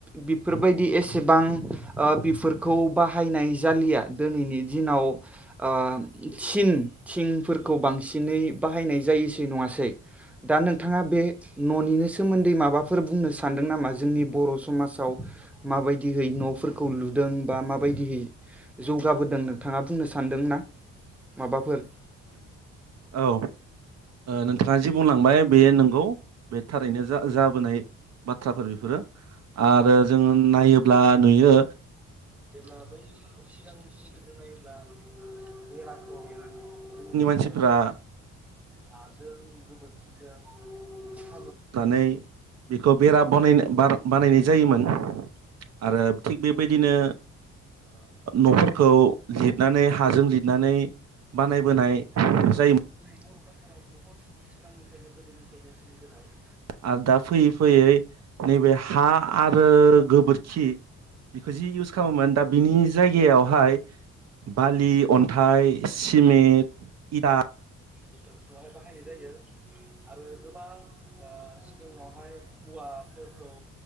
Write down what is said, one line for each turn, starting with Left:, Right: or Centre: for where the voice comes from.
Centre: बि बेफोरबायदि एसेबां ओ बेफोरखौ बाहायनाय जालिया दिनैनि दिनाव ओ थिन थिंफोरखौ बांसिन सिनै बाहायनाय जायसै नङासै? दा नोंथाङा बे न'नि सोमोन्दै माबाफोर बुंनो सानदों नामा जोंनि बर' समाजाव माबायदिहै न'फोरखौ लुदों बा माबायदिहै जौगाबोदों नोंथाङा बुंनो सानदोंना माबाफोर?
Right: औ ओ नों बिथाङा जि बुंलांबाय बे नंगौ बे थारैनो जा जाबोनाय बाथ्राफोर बेफोरो आरो जोंङो नायोब्ला नुयो
Centre: जेब्ला बै सिगांनि समफोरजों नायोब्ला बेराखौ जोंनि मानसि
Right: मानसिफ्रा
Centre: हाजों गोबोरखिजों
Right: होननानै बेखौ बेरा बा ब बानायनाय जायोमोन आरो थिग बेबायदिनो न'फोरखौ लिरनानै हाजों लिरनानै बानायबोनाय जायो
Centre: <unintelligible>
Right: आरो दा फैयै फैयै नैबे हा आरो गोबोरखि बेखौ जि इउस खालामोमोन दा बिनि जायगायावहाय बालि अन्थाइ सिमेन्ट इदा
Centre: रेक्टरखौहाय बाहायनाय जायो आरो गोबां सिगाङावहाय औवाफोरखौ